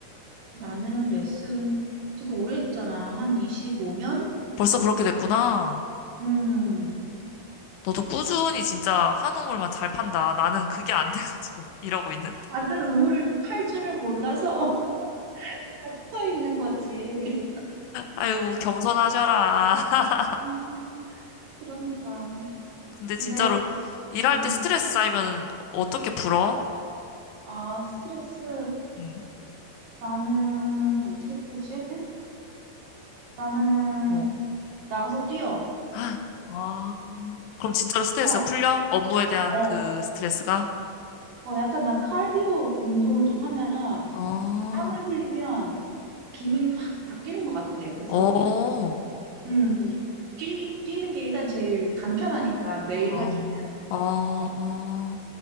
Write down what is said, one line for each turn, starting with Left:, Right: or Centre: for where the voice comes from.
Right: 나는 레슨 되게 오래 했잖아. 한 25년?
Left: 벌써 그렇게 됐구나.
Right: 음,
Left: 너도 꾸준히 진짜 한 우물만 잘 판다. 나는 그게 안 돼가지고 <laughs> 이러고 있는데.
Right: 다른 의무를 팔 줄을 몰라서 <laughs> 서 있는 거지.
Left: 아이고, 겸손하셔라. <laughs>
Right: 음, 그러니까.
Left: 근데
Right: 근데,
Left: 진짜로 일할
Right: 음,
Left: 때 스트레스 쌓이면 어떻게 풀어?
Right: 아, 스트레스.
Left: 응,
Right: 나는 어떻게 풀지? 나는
Left: 어. <gasps>
Right: 나가서 뛰어.
Left: <laughs> 아, 그럼 진짜로 스트레스가
Right: 어,
Left: 풀려? 업무에 대한
Right: 어.
Left: 그 스트레스가?
Right: 어, 약간 난 카디오 운동을 좀 하면
Left: 어,
Right: 땀을 흘리면 기분이 확 바뀌는 것 같아. 그래서
Left: 어,
Right: 음, 뛰, 뛰는 게 일단 제일 간편하니까 매일
Left: 어,
Right: 하기는
Left: 어, 어.
Right: 어,